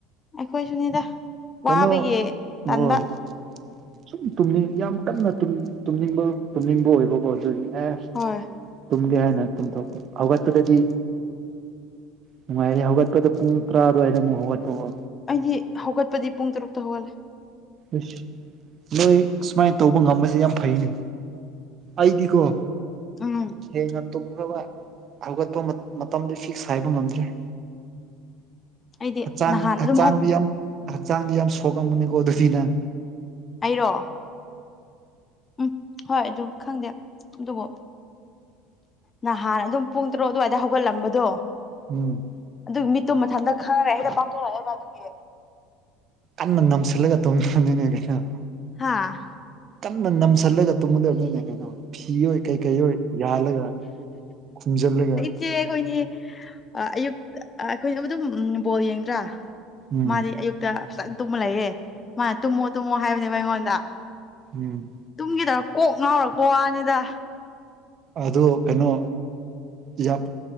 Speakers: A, on the left; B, on the right.
A: ꯑꯩꯈꯣꯏꯁꯨꯅꯤꯗ
B: ꯀꯩꯅꯣ
A: ꯋꯥꯕꯒꯤ ꯇꯟꯕ
B: ꯍꯣꯏ ꯁꯨꯝ ꯇꯨꯝꯅꯤꯡ ꯌꯥꯝ ꯀꯟꯅ ꯇꯨꯝꯅꯤꯡꯕ ꯇꯨꯝꯅꯤꯡꯕ ꯑꯣꯏꯕꯀꯣ ꯑꯗꯨꯒꯤ ꯑꯦꯁ
A: ꯍꯣꯏ
B: ꯇꯝꯒꯦ ꯍꯥꯏꯅ ꯇꯝꯊꯛꯄ ꯍꯧꯒꯠꯄꯗꯗꯤ ꯅꯨꯡꯉꯥꯏꯔꯦ ꯍꯧꯒꯠꯄꯗꯣ ꯄꯨꯡ ꯇꯔꯥ ꯑꯗꯨꯋꯥꯏꯗ ꯑꯃꯨꯛ ꯍꯧꯒꯠꯄꯀꯣ
A: ꯑꯩꯗꯤ ꯍꯧꯒꯠꯄꯗꯤ ꯄꯨꯡ ꯇꯔꯨꯛꯇ ꯍꯧꯒꯠꯂꯦ
B: ꯏꯁ ꯅꯣꯏ ꯁꯨꯃꯥꯏꯅ ꯇꯧꯕ ꯉꯝꯕꯖꯦ ꯌꯝ ꯐꯩꯍꯦꯅꯦ ꯑꯩ ꯗꯤꯀꯣ
A: ꯑꯝ
B: ꯍꯦꯟꯅ ꯇꯨꯝꯃꯥꯕ ꯍꯧꯒꯠꯄ ꯃꯇꯝꯗꯨ ꯐꯤꯛꯁ ꯍꯥꯏꯕ ꯉꯝꯗꯔꯦ
A: ꯑꯩꯗꯤ
B: ꯍꯛꯆꯥꯡ
A: ꯅꯍꯥꯟ
B: ꯍꯛꯆꯥꯡꯗꯤ
A: ꯑꯗꯨꯝ ꯍꯧ
B: ꯌꯥꯝ ꯍꯛꯆꯥꯡꯗꯤ ꯌꯥꯝ ꯁꯣꯛꯒꯟꯕꯅꯤꯀꯣ <unintelligible>
A: ꯑꯩꯔꯣ ꯎꯝ ꯍꯣꯏ ꯑꯗꯨ ꯈꯪꯗꯦ ꯑꯗꯨꯕꯨ ꯅꯍꯥꯟ ꯑꯗꯨꯝ ꯄꯨꯡ ꯇꯔꯨꯛ ꯑꯗꯨꯋꯥꯏꯗ ꯍꯧꯒꯠꯂꯝꯕꯗꯣ
B: ꯎꯝ
A: ꯑꯗꯨ ꯃꯤꯠꯇꯣ ꯃꯊꯟꯇ ꯈꯪꯉꯔꯦ ꯍꯦꯛꯇ ꯄꯥꯡꯊꯣꯔꯛꯑꯦꯕ ꯑꯗꯨꯒꯤ
B: ꯀꯟꯅ ꯅꯝꯁꯤꯜꯂꯒ ꯇꯧꯃꯤꯅꯤꯅꯤ ꯀꯩꯅꯣ
A: ꯍꯥꯥ
B: ꯀꯟꯅ ꯅꯝꯁꯜꯂꯒ ꯇꯨꯝꯒꯗꯕꯅꯤꯅꯦ ꯀꯩꯅꯣ ꯐꯤ ꯑꯣꯏ ꯀꯩꯀꯩ ꯑꯣꯏ ꯌꯥꯜꯂꯒ ꯈꯨꯝꯖꯤꯜꯂꯒ
A: ꯆꯦ ꯑꯈꯣꯏꯅꯤ ꯑꯌꯨꯛ ꯑꯩꯈꯣꯏꯅ ꯑꯗꯨꯝ ꯕꯣꯜ ꯌꯦꯡꯗ꯭ꯔꯥ
B: ꯎꯝ
A: ꯃꯥꯗꯤ ꯑꯌꯨꯛꯇ ꯐꯖꯅ ꯇꯨꯝꯃ ꯂꯩꯌꯦ ꯃꯥꯅ ꯇꯨꯝꯃꯣ ꯇꯨꯝꯃꯣ ꯍꯥꯏꯕꯅꯦꯕ ꯑꯩꯉꯣꯟꯗ
B: ꯎꯝ
A: ꯇꯨꯝꯒꯤꯗ ꯀꯣꯛ ꯉꯥꯎꯔꯛꯄ ꯋꯥꯅꯤꯗ
B: ꯑꯗꯨ ꯀꯩꯅꯣ ꯌꯥꯝ